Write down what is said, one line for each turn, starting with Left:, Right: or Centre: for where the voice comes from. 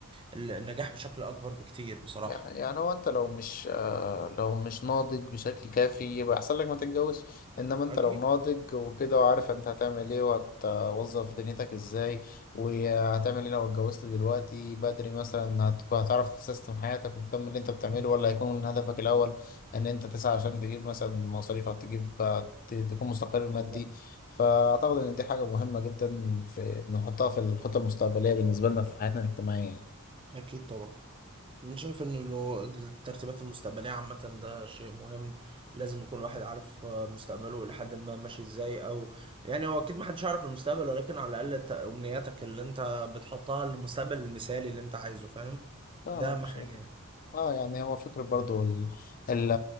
Right: ال- النجاح بشكل أكبر بكتير بصراحة
Left: يعني يعني هو انت لو مش آه، لو مش ناضج بشكل كافي يبقى احسن لك ما تتجوزش انما انت
Right: أكيد
Left: لو ناضج وكده وعارف انت هتعمل ايه وهتوظف دنيتك ازاي وهتعمل ايه لو اتجوزت دلوقتي بدري مثلا هتكون هتعرف تسيستم حياتك وتكمل اللي انت بتعمله
Right: مم.
Left: ولا هيكون هدفك الاول ان انت تسعى عشان تجيب مثلا مصاريفك تجيب آه، ت- تكون مستقر
Right: بالظبط.
Left: مادي فاعتقد ان دي حاجة مهمة جدا في نحطها في الخطة المستقبلية بالنسبة لنا في حياتنا الاجتماعية
Right: أكيد طبعا أنا شايف إن لو الترتيبات المستقبلية عامة ده شيء مهم لازم يكون الواحد عارف آه، مستقبله إلى حد ما ماشي إزاي أو يعني هو أكيد محدش يعرف المستقبل ولكن على الأقل الت- أمنياتك اللي أنت بتحطها للمستقبل المثالي اللي أنت عايزه فاهم
Left: فاهمك
Right: ده أهم
Left: مش
Right: حاجة يعني
Left: اه يعني هو فكرة برضو ال... ال...